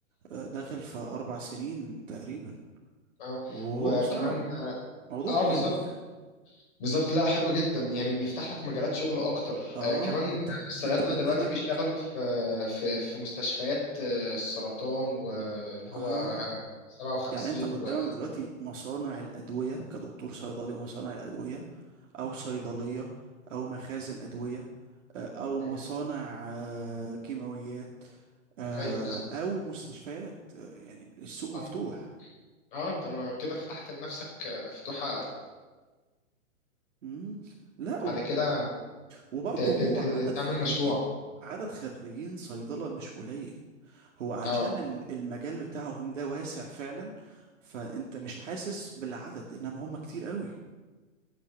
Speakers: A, on the right (about 65°); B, on the left (about 40°).
A: آه، داخل في اربع سنين تقريبا
B: اه
A: وهو
B: وكمان
A: بصراحة
B: اه
A: موضوع
B: آه،
A: حلو
B: بالظبط
A: يعني
B: بالظبط لا حلو جدا يعني بيفتح لك مجالات شغل اكتر
A: اه
B: آه كمان
A: انت
B: الصيادلة
A: انت قدامك
B: دلوقتي بيشتغلوا في في في مستشفيات آه، السرطان واللي هو
A: اه
B: آه، 57
A: يعني انت قدامك
B: و
A: دلوقتي مصانع الادوية كدكتور صيدلي مصانع الادوية او صيدلية او مخازن ادوية آه، او
B: مهم.
A: مصانع آه، كيماويات آه،
B: ايوه بالظبط
A: او مستشفيات آه، يعني السوق
B: اه
A: مفتوح
B: اه انت ما كده فتحت لنفسك آه، فتوحة
A: مم. لا
B: بعد كده
A: وبرضه
B: ت- ت-
A: هو
B: ت-
A: عدد
B: تعمل
A: خريجين
B: مشروع
A: عدد خريجين صيدلة مش قليل هو عشان
B: اه
A: ال- المجال بتاعهم ده واسع فعلا فانت مش حاسس بالعدد انما هم كتير قوي